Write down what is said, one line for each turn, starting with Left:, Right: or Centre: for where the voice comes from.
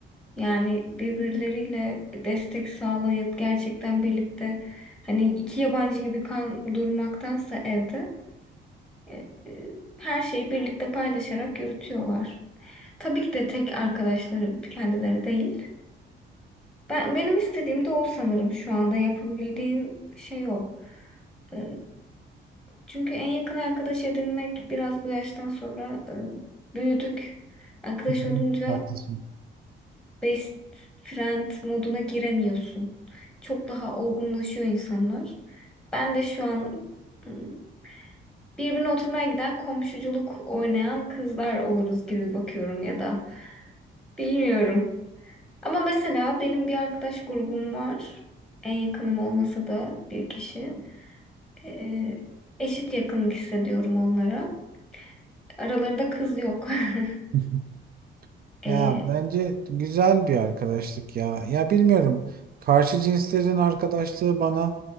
Centre: Yani birbirleriyle destek sağlayıp gerçekten birlikte hani iki yabancı gibi kan durmaktansa evde e, e, her şeyi birlikte paylaşarak yürütüyorlar. Tabii ki de tek arkadaşları kendileri değil. Ben benim istediğim de o sanırım şu anda yapabildiğim şey o. E, çünkü en yakın arkadaş edinmek biraz bu yaştan sonra e, büyüdük. Arkadaş
Right: Hı hı.
Centre: olunca
Right: Haklısın.
Centre: best friend moduna giremiyorsun. Çok daha olgunlaşıyor insanlar. Ben de şu an hmm, birbirine oturmaya giden komşuculuk oynayan kızlar oluruz gibi bakıyorum ya da bilmiyorum. Ama mesela benim bir arkadaş grubum var. En yakınım olmasa da bir kişi. Ee, eşit yakınlık hissediyorum onlara. Aralarında kız yok. <laughs>
Right: <laughs>
Centre: Ee,
Right: Ya bence güzel bir arkadaşlık ya. Ya bilmiyorum. Karşı cinslerin arkadaşlığı bana